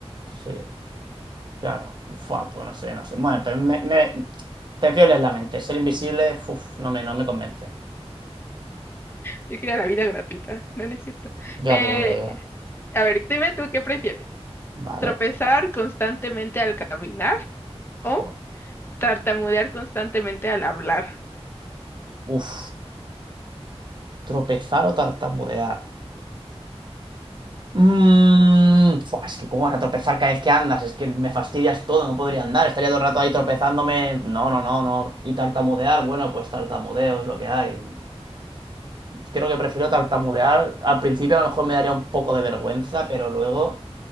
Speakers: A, on the right; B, on the left.
A: sí, claro, fua, pues no sé, no sé. Bueno, pero me, me- prefiero leer la mente. Ser invisible, uf, no me, no me convence.
B: Yo quiero la vida gratuita. No, no es cierto.
A: Ya
B: Eh,
A: te veo, ya.
B: a ver, dime tú qué prefieres.
A: Vale.
B: ¿Tropezar constantemente al caminar
A: Joder.
B: o tartamudear constantemente al hablar?
A: Uf. Tropezar o tartamudear. Mm, fua, es que cómo vas a tropezar cada vez que andas, es que me fastidias todo, no podría andar, estaría todo el rato ahí tropezándome. No, no, no, no. Y tartamudear, bueno, pues tartamudeo es lo que hay. creo que prefiero tartamudear. Al principio a lo mejor me daría un poco de vergüenza, pero luego,